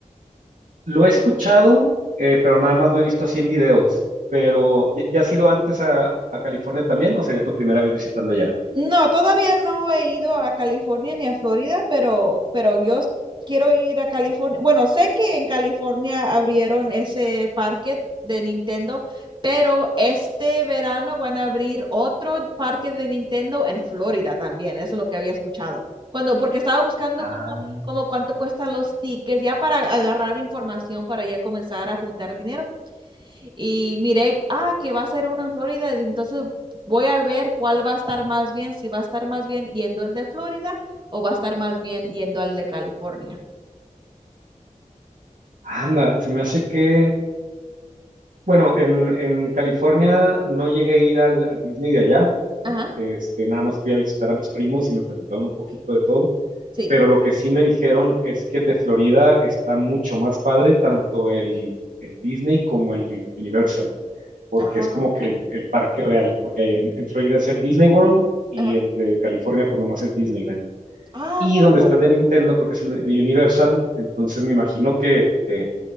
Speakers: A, on the right; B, on the right.
A: lo he escuchado, eh, pero nada más lo he visto así en videos. Pero, ¿ya, ya has ido antes a, a California también o sería tu primera vez visitando ya?
B: No, todavía no he ido a California ni a Florida, pero, pero yo s- quiero ir a California. Bueno, sé que en California abrieron ese parque de Nintendo, pero este verano van a abrir otro parque de Nintendo en Florida también. Eso es lo que había escuchado. Cuando, porque estaba buscando
A: Ah,
B: como, como cuánto cuestan los tickets, ya para agarrar información para ya comenzar a juntar dinero y miré, ah, que va a ser uno en Florida, entonces voy a ver cuál va a estar más bien, si va a estar más bien yendo el de Florida o va a estar más bien yendo al de California.
A: anda, se me hace que, bueno, en, en California no llegué a ir al, al Disney de allá,
B: Ajá,
A: Este, nada más fui a visitar a mis primos y me platicaron un poquito de todo.
B: sí,
A: Pero lo que sí me dijeron es que el de Florida está mucho más padre, tanto el, el Disney como el Universal, porque
B: Ah,
A: es como que el, el parque real, porque en, en Florida es el Disney World y
B: ajá.
A: el de California pues nomás es Disneyland.
B: ah,
A: Y
B: poco.
A: donde está el de Nintendo creo que es el de Universal, entonces me imagino que eh,